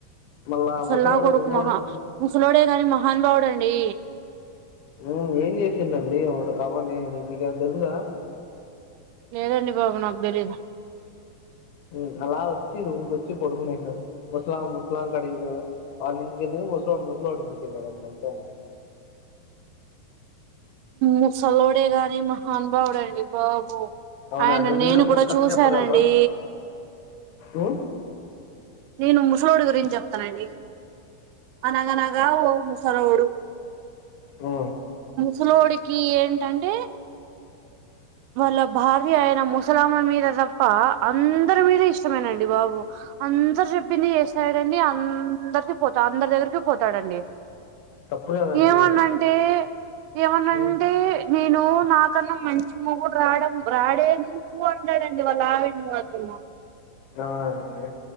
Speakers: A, on the left; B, on the right.
A: మళ్ళా
B: ముసల్
A: ముసలోడు
B: నా కొడుకు
A: గమ్మున
B: మహా
A: ఉండకుంటా
B: ముసలోడే గాని మహాన్బావుడండి
A: మ్ ఏం చేసిందండి అవని నికేమన్న తెలుసా
B: లేదండి బాబా నాకు తెలియదు
A: మ్ అలా వచ్చి రూమ్కి వచ్చి పడుకునేయి ముస్లాం ముస్లామే కడికి పో వాళ్ళింటికెళ్ళి ముసలోడు ముసలోడింటికేళ్లడండి అంతే అండి
B: ముసలోడే గాని మహాను బావుడండి బాబు
A: అవునా
B: ఆయన
A: అండి
B: నేను
A: మీరు ఒక
B: కూడా
A: కథ
B: చూసానండి
A: చెప్పగలరా ఉమ్,
B: నేను ముసలోడి గురించి చెప్తానండి అనగనాగా ఓ ముసలోడు
A: ఆ
B: సలోడికి ఏంటంటే
A: అ
B: వాళ్ళ భార్య ఆయన ముసలామే మీద తప్ప అందరి మీద ఇష్టమేనండి బాబు అన్ దరు చెప్పింది చేస్తడండి అందరికి పోతా అందరి దగ్గరికి పోతాడండి
A: తప్పు కదండి
B: ఏమనంటే ఏమనంటే
A: ఉమ్
B: నే నేను నాకన్నా మంచి మొగుడు రాడం రాడే నీకు అంటాడండి వాళ్ళ ఆవిడ్ని అస్సల
A: న అవునా అండి